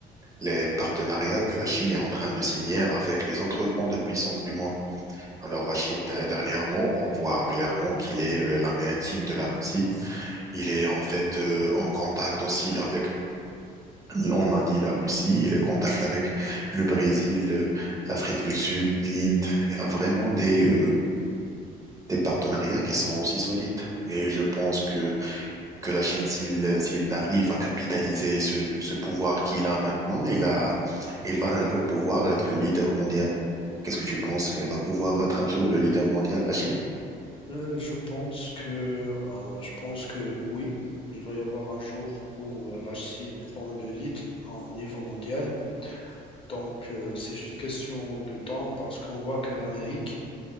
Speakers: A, on the right; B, on the left.
A: les partenariats que la Chine est en train de signer avec les autres grandes puissances du monde. Alors la Chine d- dernièrement, on voit clairement qu'il est euh, la main intime de la Russie il est en fait euh, en contact aussi avec, on a dit la Russie, il est en contact avec le Brésil, euh, l'Afrique du Sud, l'Inde. Il a vraiment des, euh, des partenariats qui sont aussi solides. Et je pense que, que la Chine, s'il, s'il arrive à capitaliser ce, ce pouvoir qu'il a maintenant, il a, il va un jour pouvoir être le leader mondial. Qu'est-ce que tu penses? Elle va pouvoir être un jour le leader mondial, la Chine?
B: Euh, je pense que, euh, je pense que oui, il va y avoir un jour où euh, la Chine prend le lead en niveau mondial. Donc, euh, c'est juste question de temps parce qu'on voit que l'Amérique